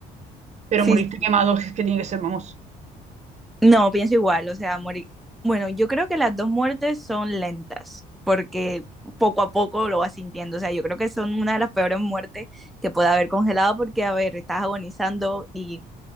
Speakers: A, on the right; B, in the centre.
A: Pero
B: Sí,
A: morirte
B: sí,
A: quemado es que tiene que ser, vamos.
B: No, pienso igual, o sea, morir. Bueno, yo creo que las dos muertes son lentas, porque poco a poco lo vas sintiendo, o sea, yo creo que son una de las peores muertes que puede haber congelado, porque, a ver, estás agonizando y...